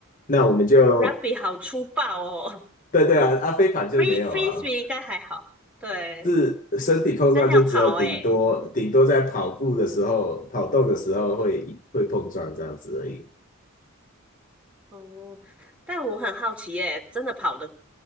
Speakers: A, on the left; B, in the centre.
A: 那我们就
B: ，rugby 好粗暴哦。
A: 对对啊，啊飞盘就没有啊，
B: free free swing 应该还好，对，
A: 是身体碰撞就只有顶多顶多在跑步的时候、
B: 但是要跑哎、
A: 跑动的时候会会碰撞这样子而已。
B: 哦、但我很好奇哎、真的跑得